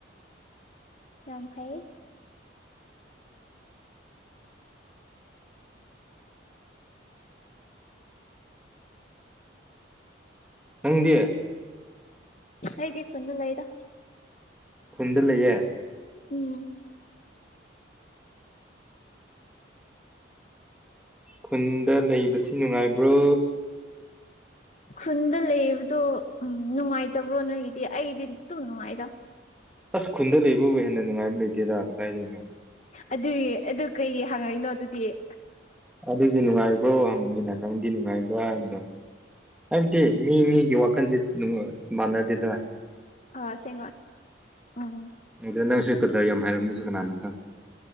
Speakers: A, on the left (about 40°); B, in the centre.
A: ꯌꯥꯝ ꯐꯩꯌꯦ
B: ꯅꯪꯗꯤ
A: ꯑꯩꯗꯤ ꯈꯨꯟꯗ ꯂꯩꯗ
B: ꯈꯨꯟꯗ ꯂꯩꯌꯦ
A: ꯎꯝ
B: ꯈꯨꯟꯗ ꯂꯩꯕꯁꯤ ꯅꯨꯡꯉꯥꯏꯕ꯭ꯔꯣ
A: ꯈꯨꯟꯗ ꯂꯩꯌꯦꯕꯗꯣ ꯎꯝ ꯅꯨꯡꯉꯥꯏꯇꯕ꯭ꯔꯣ ꯅꯣꯏꯒꯤꯗꯤ ꯑꯩꯒꯤꯗꯤ ꯑꯗꯨꯝ ꯅꯨꯡꯉꯥꯏꯗ
B: ꯑꯁ ꯈꯨꯟꯗ ꯂꯩꯕꯕꯨ ꯍꯦꯟꯅ ꯅꯨꯡꯉꯥꯏꯕ ꯂꯩꯇꯦꯗ ꯀꯗꯥꯏꯗꯅꯣ
A: ꯑꯗꯨꯏ ꯑꯗꯨ ꯀꯩ ꯍꯪꯉꯛꯏꯅꯣ ꯑꯗꯨꯗꯤ <unintelligible>
B: ꯑꯗꯨꯗꯤ ꯅꯨꯡꯉꯥꯏꯕ꯭ꯔꯣ ꯍꯪꯕꯅꯤꯅ ꯅꯪꯗꯤ ꯅꯨꯡꯉꯥꯏꯕ꯭ꯔꯥ ꯍꯥꯏꯕꯗꯣ ꯍꯥꯏꯕꯗꯤ ꯃꯤ ꯃꯤꯒꯤ ꯋꯥꯈꯜꯁꯤ ꯑꯗꯨꯝ ꯃꯥꯟꯅꯗꯦꯗꯅ
A: ꯑꯥ ꯁꯦꯡꯕ ꯎꯝ
B: ꯑꯗꯣ ꯅꯪꯁꯨ ꯀꯗꯔ ꯌꯥꯝ ꯍꯩꯔꯝꯕꯁꯨ ꯀꯅꯥꯅ ꯈꯪꯕ